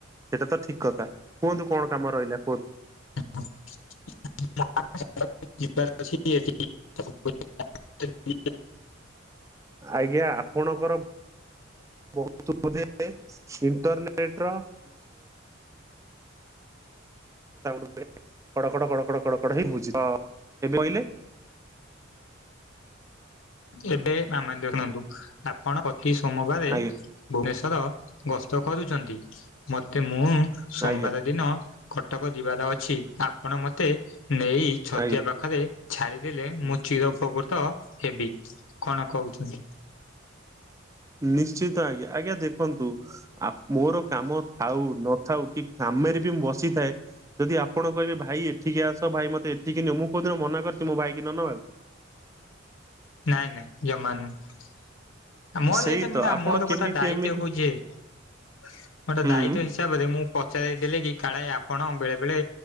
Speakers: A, on the right; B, on the left.
A: ଏଟା ତ ଠିକ୍ କଥା କୁହନ୍ତୁ କଣ କାମ ରହିଲା କୁହନ୍ତୁ।
B: <inaudible> <unintelligible>
A: ଆଜ୍ଞା ଆପଣଙ୍କର ବହୁତ୍ <unintelligible> ଇଣ୍ଟରନେଟ୍ <unintelligible> କଡ଼ କଡ଼ କଡ଼ କଡ଼ କଡ଼ ହେଇ <unintelligible>
B: ଏବେ <unintelligible> ଶୁଣନ୍ତୁ ଆପଣ ପ୍ରତି ସୋମବାରେ
A: ଆଜ୍ଞା
B: ଭୁବନେଶ୍ଵର ଗସ୍ତ କରୁଛନ୍ତି ମତେ ମୁଁ ସୋମବାର
A: ଆଜ୍ଞା
B: ଦିନ କଟକ ଯିବାର ଅଛି ଆପଣ ମତେ ନେଇ ଛତିଆ
A: ଆଜ୍ଞା
B: ପାଖରେ ଛାଡ଼ିଦେଲେ ମୁଁ ଚିରପ୍ରକୃତ ହେବି କଣ କହୁଛନ୍ତି?
A: ନିଶ୍ଚିତ ଆଜ୍ଞା ଆଜ୍ଞା ଦେ ଦେଖନ୍ତୁ ଆ ମୋର କାମ ଥାଉ ନଥାଉ କି କାମରେ ବି ମୁଁ ବସିଥାଏ। ଯଦି ଆପଣ କହିବେ ଭାଇ ଏଠିକି ଆସ ଭାଇ ମତେ ଏଠିକି ନିଅ ମୁଁ କୋଉଦିନ ମନା କରିଛି ମୋ ଭାଇ କୁ ନ ନବାକୁ।
B: ନାଇଁ ନାଇଁ ଜମା ନୁହୁ। ମୋର
A: ସେଇ
B: ଏଇଟା ମାନେ
A: ତ ଆପଣ
B: ମୋର
A: କେମିତି
B: ଗୋଟେ ଦାୟିତ୍ଵ
A: ଏମିତି
B: <unintelligible> ଗୋଟେ
A: ହୁଁ।
B: ଦାୟିତ୍ଵ ତାପରେ ମୁଁ ପଚାରି ଦେଲେ କି କାଳେ ଆପଣ ବେଳେ ବେଳେ